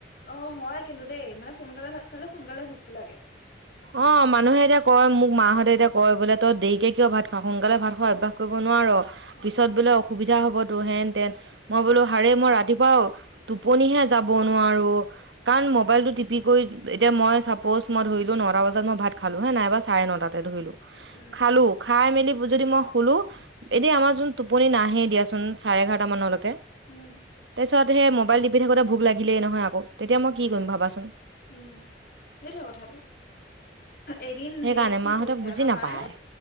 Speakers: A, on the left; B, on the right.
A: অ, হয় কিন্তু দেই মানে সোনকালে ভাত খালে সোনকালে ভোকতটো লাগে।
B: অ, মানুহে এতিয়া কয় মোক মাহতে এতিয়া কয় বোলে তই দেৰিকে কিয় ভাত খোৱা সোনকালে ভাত খোৱা অভ্যাস কৰিব নোৱাৰ।
A: উম
B: পিছত বোলে অসুবিধা হ'বতো হেন তেন মই বোলো আৰে মই ৰাতিপুৱা টোপনিহে যাব নোৱাৰো
A: উম
B: কাৰণ মবাইলটো টিপি এতিয়া মই চাপ'জ মই ধৰিলো নটা বজাত মই ভাত খালো হে নাইবা চাৰে নটাতে ধৰিলো
A: উম,
B: খালো খাই মেলি যদি মই শুলো
A: উম
B: এতিয়া আমাৰ যোন টোপনি নাহে দিয়াচোন চাৰে এঘাৰটা মানলৈকে
A: উম
B: তাৰপিছত সেই মোবাইল টিপি থাকোতে ভোক লাগিলেই নহয় আকৌ তেতিয়া মই
A: উম
B: কি কৰিম ভাবাচোন।
A: উম, সেইটোৱে কথাটো। এদিন
B: সেইকাৰণে
A: হেৰি কি
B: মাহঁতে
A: কৰিছে
B: বুজি
A: আমাৰ
B: নাপায়
A: মায়ে